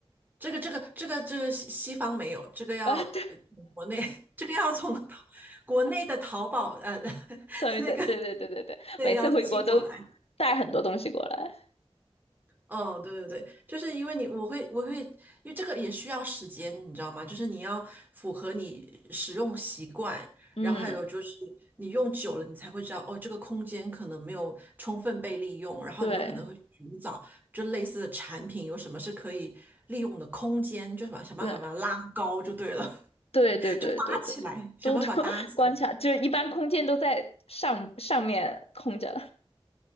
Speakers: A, on the right; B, on the left.
A: 这个这个这个这个西西方没有，这个要呃国内
B: 啊，对，
A: <laughs> 这个要从 <laughs> 淘国内的淘宝呃 <laughs>
B: 上面对对对对对对，
A: 那个对要寄过来。
B: 每次回国都带很多东西过来。
A: 哦，对对对，就是因为你，我会我会，因为这个也需要时间，你知道吗？就是你要符合你使用习惯，
B: 嗯，
A: 然后还有就是你用久了，你才会知道哦，这个空间可能没有充分被利用，然后你就可能会寻找就类似的产品有什么是可以利用的空间，
B: 对
A: 就什么想办法把它拉高就对了，
B: 对对对对对对，
A: <laughs> 就搭起来，想办法搭起来。
B: 多多 <laughs> 观察，就是一般空间都在上上面空着。